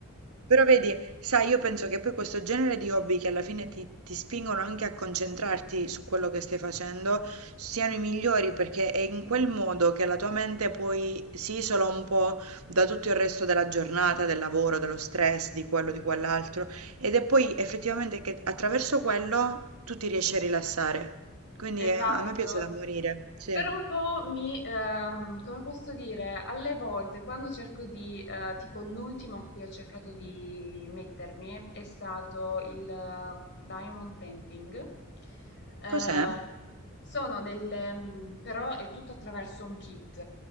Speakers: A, on the right; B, on the left.
A: Però vedi, sai, io penso che poi questo genere di hobby che alla fine ti, ti spingono anche a concentrarti su quello che stai facendo siano i migliori perché è in quel modo che la tua mente poi si isola un po' da tutto il resto della giornata, del lavoro, dello stress, di quello, di quell'altro. Ed è poi effettivamente che attraverso quello tu ti riesci a rilassare. Quindi
B: esatto.
A: eh, a me piace da morire, sì.
B: Però un po' mi, ehm, come posso dire, alle volte quando cerco di, eh, tipo l'ultimo a cui ho cercato di mettermi è stato il eh, diamond painting. Eh,
A: Cos'è?
B: sono delle, mm, però è tutto attraverso un kit,